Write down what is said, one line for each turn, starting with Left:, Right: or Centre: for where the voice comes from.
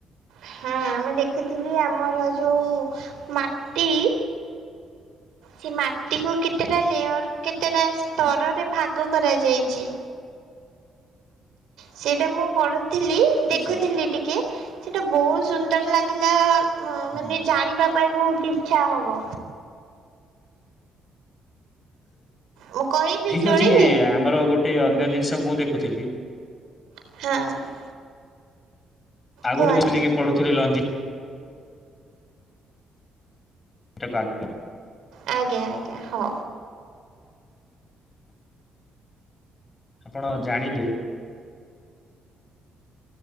Right: ହଁ ଆମେ ଦେଖୁଥିଲି ଆମର ଯୋଉ ମାଟି ସେ ମାଟିକୁ କେତେଟା ଲେୟର କେତେଟା ସ୍ତରରେ
Left: ହୁଁ
Right: ଭାଗ କରାଯାଇଛି। ସେଇଟା ମୁଁ ପଢୁଥିଲି ଦେଖୁଥିଲି
Left: ଆଚ୍ଛା
Right: ଟିକେ ସେଟା ବହୁତ ସୁନ୍ଦର ଲାଗିଲା ମାନେ
Left: ହୁଁ
Right: ଜାଣିବା ପାଇଁ ବହୁତ ଇଛା ହବ। ମୁଁ କହିବି
Left: ଠିକ
Right: ଶୁଣିବେ
Left: ଅଛି ଆମର ଗୋଟେ ଅନ୍ୟ ଜିନିଷ ମୁଁ ଦେଖୁଥିଲି
Right: ହଁ।
Left: <inaudible>
Right: କୁହନ୍ତୁ
Left: ନେଇକି ପଢୁଥିଲ <inaudible> ତାକୁ ଆଗକୁ
Right: ଆଜ୍ଞା ଆଜ୍ଞା ହଁ।
Left: ଆପଣ ଜାଣିବେ